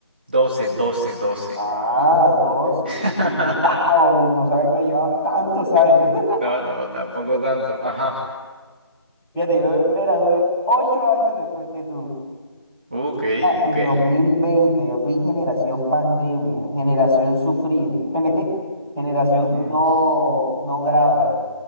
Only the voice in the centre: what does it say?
Ah, dos. Yo
sí dije, wow, no, no sabía que me llevabas tantos años. <laughs>
Fíjate, yo me gradué ocho años después que tú.
En
2020 yo fui generación pandemia, generación sufrir, <laughs> gener- generación
no, no grado.